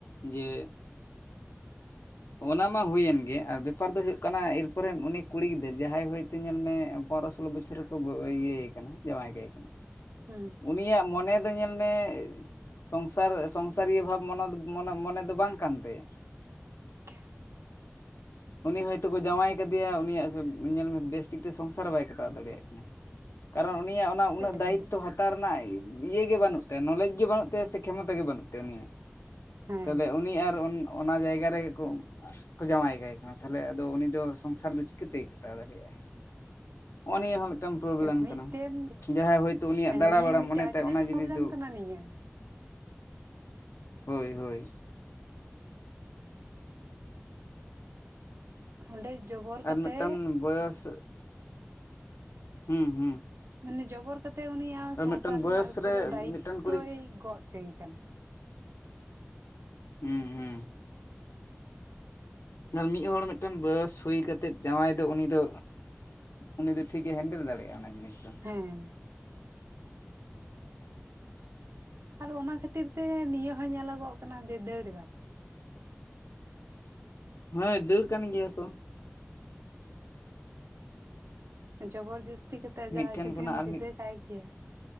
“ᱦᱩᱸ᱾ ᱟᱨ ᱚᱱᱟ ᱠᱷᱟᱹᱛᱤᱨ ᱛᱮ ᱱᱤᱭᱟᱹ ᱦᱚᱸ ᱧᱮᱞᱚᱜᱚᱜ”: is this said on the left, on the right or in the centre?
Right